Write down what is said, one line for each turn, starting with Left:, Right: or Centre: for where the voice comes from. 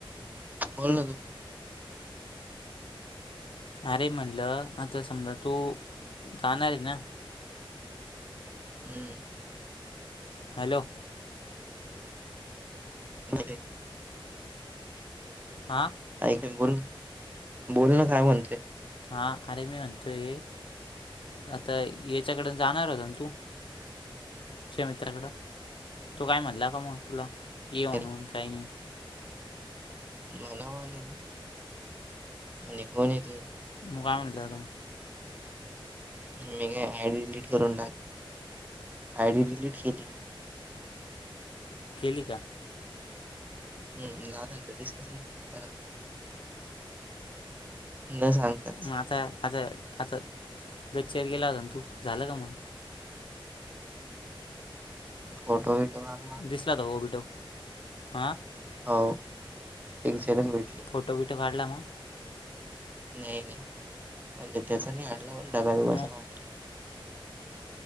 Right: बोल ना तू.
Left: अरे म्हणलं आता समजा तू जाणार आहे ना.
Right: हम,
Left: हॅलो,
Right: <inaudible>
Left: आ,
Right: ऐक बोल ना.
Left: हा अरे मी म्हणतोय आता याच्याकडन जाणार होता ना तू.
Right: <inaudible>
Left: तुझ्या मित्राकडं तो काय म्हणला का मग तुला ये म्हणून
Right: त्याने
Left: काही नाही.
Right: मला मला. आणि कोण य तू.
Left: तू काय म्हणाला.
Right: मी काय आयडी डिलीट करून टाकली आयडी डिलीट केली.
Left: केली का.
Right: हम्म रिस्क <unintelligible> न सांगताच
Left: मग आता आता आता गच्चेवर गेला होता तू झालं का मग.
Right: फोटो विटो मारला.
Left: दिसलात ओबीटो आ,
Right: हो एक क्षणच भेटली.
Left: फोटो बिटो काढला मग.
Right: नाही नाही म्हणजे त्याच नाही आणलं पण ढगालं
Left: मग
Right: म्हटलं.